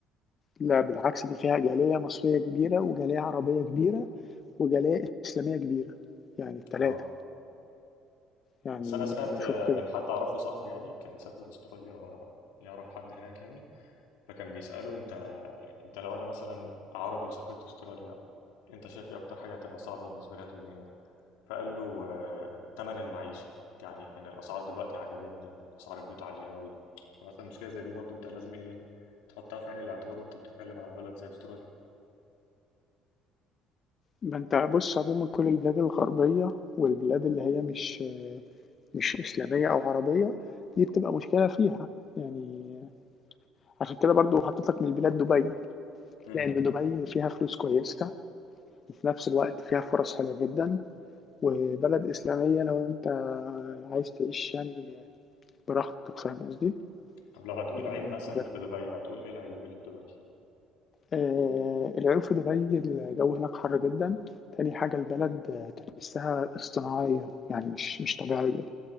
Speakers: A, on the left; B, on the left.
A: لا بالعكس دي فيها جالية مصرية كبيرة وجالية عربية كبيرة وجالية إسلامية كبيرة يعني التلاتة
B: آه
A: يعني
B: بس أنا سمعت
A: أنا بشوف
B: آه،
A: كده
B: من حد أعرفه صاحبي يعني كان سافر أستراليا يعرف حد هناك يعني فكان بيسأله انت انت لو انا مثلا عربي وسافرت استراليا انت شايف ايه اكتر حاجة هتبقى صعبة بالنسبة لي هتواجهني فقال له آه، تمن المعيشة يعني ان الاسعار دلوقتي عالية جدا اسعار البيوت عالية قوي مثلا مشكلة زي دي برضو انت لازم ايه تحطها في عين الاعتبار وانت بتتكلم على بلد زي استراليا
A: ما أنت بص عموما كل البلاد الغربية والبلاد اللي هي مش مش إسلامية أو عربية دي بتبقى مشكلة فيها يعني عشان كده برضو حطيت لك من البلاد دبي
B: امم
A: لأن دبي فيها فلوس كويسة وفي نفس الوقت فيها فرص حلوة جدا وبلد إسلامية لو أنت عايز تعيش يعني براحتك فاهم قصدي؟
B: طب لو هتقول
A: يعني
B: عيب
A: من
B: مثلا
A: غير
B: في دبي هتقول ايه العيوب اللي في دبي
A: آه، العيوب في دبي الجو هناك حر جدا تاني حاجة البلد آه، تحسها اصطناعية يعني مش مش طبيعية